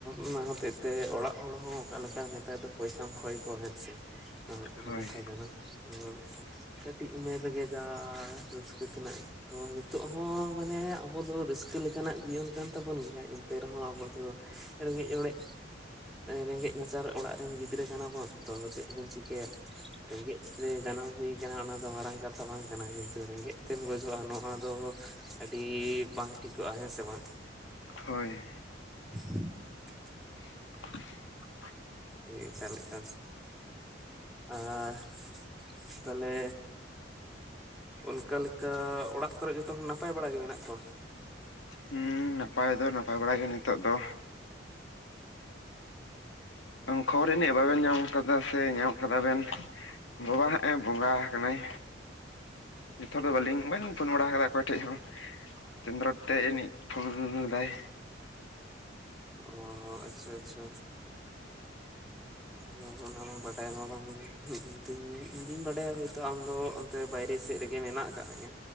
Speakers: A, in the centre; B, on the left.
A: ᱚᱱᱟ ᱦᱚᱛᱮᱡ ᱛᱮ ᱚᱲᱟᱜ ᱦᱚᱲ ᱦᱚᱸ ᱚᱠᱟ ᱞᱮᱠᱟ ᱱᱮᱛᱟᱨ ᱫᱚ ᱯᱚᱭᱥᱟᱢ ᱠᱷᱚᱭ ᱠᱚᱣᱟ ᱦᱮᱸᱥ ᱢᱤᱫᱴᱮᱱ
B: ᱦᱳᱭ
A: ᱠᱟᱛᱷᱟ ᱠᱟᱱᱟ᱾ ᱛᱚ ᱠᱟᱹᱴᱤᱡ ᱩᱢᱮᱨ ᱨᱮᱜᱮ ᱡᱟ ᱨᱟᱹᱥᱠᱟᱹ ᱛᱮᱱᱟᱜ ᱛᱚ ᱱᱤᱛᱳᱜ ᱦᱚᱸ ᱢᱟᱱᱮ ᱟᱵᱚ ᱫᱚ ᱨᱟᱹᱥᱠᱟᱹ ᱞᱮᱠᱟᱱᱟᱜ ᱡᱤᱭᱚᱱ ᱠᱟᱱ ᱛᱟᱵᱚᱱ ᱜᱮᱭᱟ᱾ ᱮᱱᱛᱮ ᱨᱮᱦᱚᱸ ᱟᱵᱚ ᱫᱚ ᱨᱮᱸᱜᱮᱡ ᱚᱨᱮᱡ ᱨᱮᱸᱜᱮᱡ ᱱᱟᱪᱟᱨ ᱚᱲᱟᱜ ᱨᱮᱱ ᱜᱤᱫᱽᱨᱟᱹ ᱠᱟᱱᱟ ᱵᱚᱱ ᱛᱚ ᱪᱮᱫ ᱵᱚᱱ ᱪᱤᱠᱟᱹᱭᱟ᱾ ᱨᱮᱸᱜᱮᱡ ᱛᱮ ᱡᱟᱱᱟᱢ ᱦᱩᱭ ᱠᱟᱱᱟ ᱚᱱᱟ ᱫᱚ ᱢᱟᱨᱟᱝ ᱠᱟᱛᱷᱟ ᱵᱟᱝ ᱠᱟᱱᱟ ᱠᱤᱱᱛᱩ ᱨᱮᱸᱜᱮᱡ ᱛᱮᱢ ᱜᱚᱡᱚᱜᱼᱟ ᱱᱚᱣᱟ ᱫᱚ, ᱟᱹᱰᱤ ᱵᱟᱝ ᱴᱷᱤᱠᱚᱜᱼᱟ ᱦᱮᱸ ᱥᱮ ᱵᱟᱝ
B: ᱦᱳᱭ
A: <unintelligible>
B: <unintelligible>
A: ᱮᱠᱟᱞ ᱮᱠᱟᱞ ᱟᱨ ᱛᱟᱦᱞᱮ ᱚᱱᱠᱟᱞᱮᱠᱟ ᱚᱲᱟᱜ ᱠᱚᱨᱮ ᱡᱚᱛᱚ ᱦᱚᱲ ᱱᱟᱯᱟᱭ ᱵᱟᱲᱟ ᱜᱮ ᱢᱮᱱᱟᱜ ᱠᱚᱣᱟ
B: ᱦᱩᱸ ᱱᱟᱯᱟᱭ ᱫᱚ ᱱᱟᱯᱟᱭ ᱵᱟᱲᱟ ᱜᱮ ᱱᱤᱛᱚᱜ ᱫᱚ ᱠᱷᱚᱵᱚᱨ ᱟᱹᱱᱤᱡ ᱵᱟᱵᱮᱱ ᱧᱟᱢ ᱠᱟᱫᱟ ᱥᱮ ᱧᱟᱢ ᱠᱟᱫᱟ ᱵᱮᱱ ᱵᱟᱵᱟ ᱦᱟᱸᱜ ᱮ ᱵᱚᱸᱜᱟ ᱟᱠᱟᱱᱟᱭ ᱱᱤᱛᱟᱨ ᱫᱚ ᱵᱟᱹᱞᱤᱧ ᱵᱟᱹᱞᱤᱧ ᱯᱷᱳᱱ ᱵᱟᱲᱟ ᱠᱟᱫᱟ ᱚᱠᱚᱭ ᱴᱷᱮᱡ ᱦᱚᱸ ᱪᱚᱱᱫᱨᱚᱴ ᱛᱮ ᱮᱱᱤᱡ ᱯᱷᱳᱱ ᱞᱮᱫᱟᱭ
A: ᱚ ᱟᱪᱪᱷᱟ ᱟᱪᱪᱷᱟ ᱟᱫᱚ ᱚᱱᱟ ᱢᱟ ᱵᱟᱰᱟᱭ ᱢᱟ ᱵᱟᱝ ᱤᱧᱫᱩᱧ ᱵᱟᱰᱟᱭᱟ ᱦᱳᱭᱛᱚ ᱟᱢᱫᱚ ᱵᱟᱭᱨᱮ ᱥᱮᱫ ᱨᱮᱜᱮ ᱢᱮᱱᱟᱜ ᱟᱠᱟᱫ ᱢᱮᱭᱟ